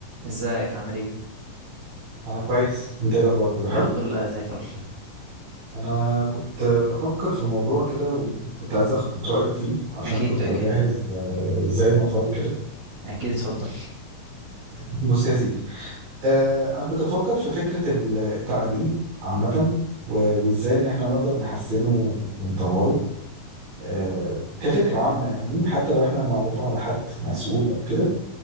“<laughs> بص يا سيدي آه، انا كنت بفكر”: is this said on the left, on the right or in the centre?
Right